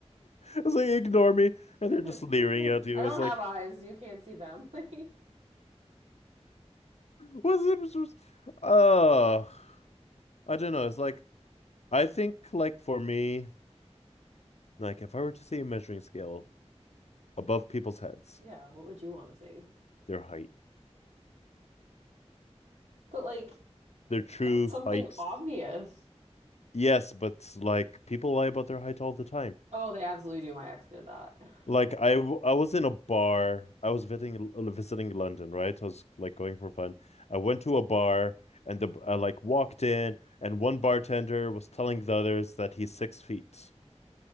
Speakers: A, on the left; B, on the right.
A: It's like ignore me
B: <laughs>
A: and
B: I
A: they're just leering at you.
B: don't
A: It's like,
B: have eyes. You can't see them. <laughs> Like,
A: what's it? Oh, I don't know. It's like, I think, like, for me, like, if I were to see a measuring scale above people's heads,
B: yeah, what would you want to see?
A: their height,
B: But like,
A: their true
B: that's something
A: heights.
B: obvious.
A: Yes, but like, people lie about their height all the time.
B: Oh, they absolutely do. My ex did that. <laughs>
A: Like I w- I was in a bar. I was visiting visiting London, right? I was like going for fun. I went to a bar and the I like walked in and one bartender was telling the others that he's six feet.